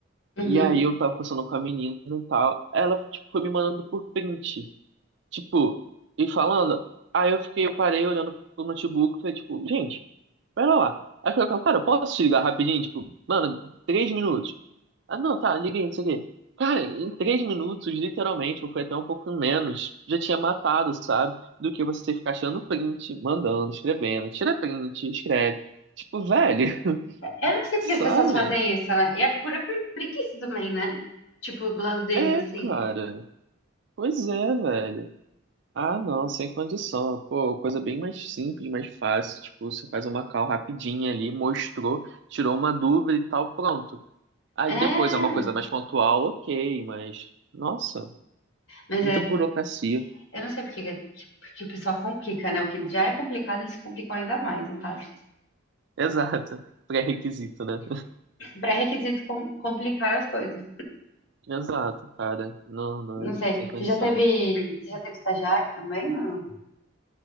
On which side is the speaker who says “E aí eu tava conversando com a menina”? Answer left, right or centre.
Right